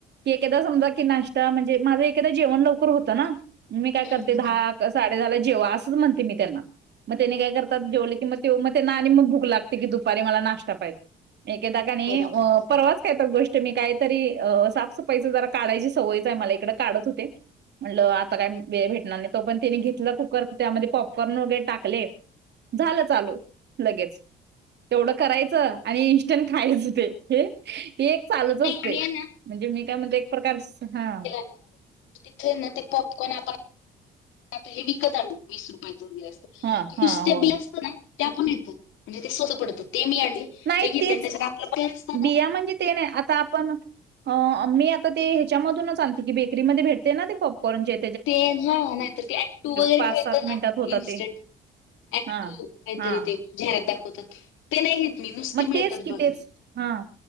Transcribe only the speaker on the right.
एकदा समजा की नाष्टा म्हणजे माझं एकदा जेवण लवकर होतं ना, मी काय
करते धा साडे दहा ला जेवा असंच म्हणते मी त्यांना, मग त्यांनी काय करतात जेवलं की मग ते म ते ना आणि मग भूक लागते की दुपारी मला नाष्टा पाहिजे, एक एकदा
आणि
परवाच त्यात गोष्ट मी काय तरी अ साफसफाईच जरा काढायची सवयच आहे मला इकडें काढत होते. म्हटलं आता काय वेळ भेटणार नाही तो पर्यंत त्यानी घेतला कुकर त्यामध्ये पॉपकॉर्न वगैरे टाकले. झालं चालू. लगेच तेवढं करायचं आणि इनस्टंट खायचं ते हे ते एक चालूच
असतंय,
म्हणजे मी काय म्हणते एक प्रकारच हा
हा हा
हो
नाही
तेच
बिया
म्हणजे ते नाही आता आपण. अ मी आता ते हेच्या मधूनच आलते की बेकरीमध्ये भेटते ना ते पॉप कॉनचे
पाच
सात
मिनिटात होतात
ते
हा
हा
मग तेच
कि
तेच हा